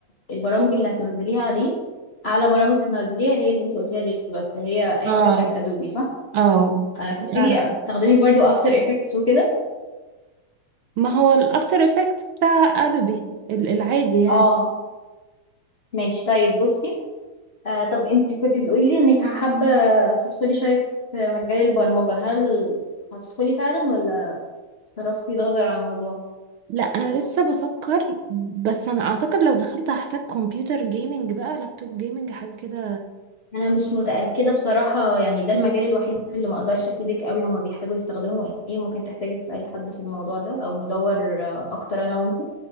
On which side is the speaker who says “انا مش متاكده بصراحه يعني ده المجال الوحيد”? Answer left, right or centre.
Left